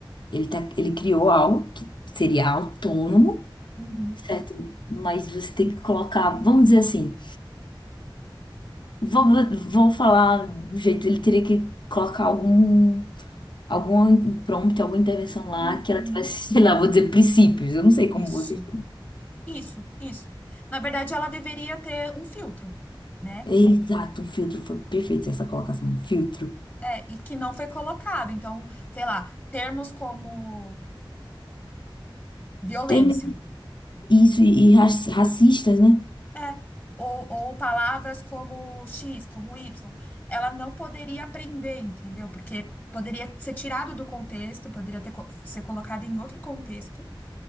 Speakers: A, on the left (about 60°); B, on the left (about 20°).
A: ele, tá, ele criou algo que seria autônomo,
B: Uhum,
A: certo? Mas você tem que colocar, vamos dizer assim, vou, vou falar do jeito, ele teria que colocar algum. algum impromptu, alguma intervenção lá
B: uhum.
A: que ela tivesse, <laughs> sei lá, vou dizer, princípios. Eu não sei
B: Isso,
A: como você.
B: isso, isso. Na verdade, ela deveria ter um filtro, né?
A: Exato, um filtro foi perfeito essa colocação, um filtro.
B: É, e que não foi colocado. Então, sei lá, termos como violência.
A: Tem Isso, e, e raci- racistas, né?
B: É. Ou, ou palavras como X, como Y. Ela não poderia aprender, entendeu? Porque poderia ser tirado do contexto, poderia ter, co- ser colocado em outro contexto.